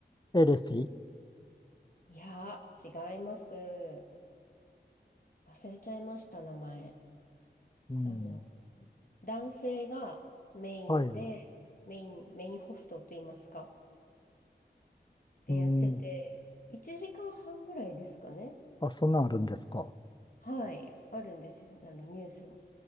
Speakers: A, on the left; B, on the left.
A: エレフィ。
B: いやー、違います。忘れちゃいました、名前。
A: うん。
B: あの、男性がメインで、
A: はい。
B: メイン、メインホストといいますか、でやってて、
A: うん。
B: 1時間半ぐらいですかね。
A: あ、そんなんあるんですか。
B: はい、あるんですよ。あの、ニュースを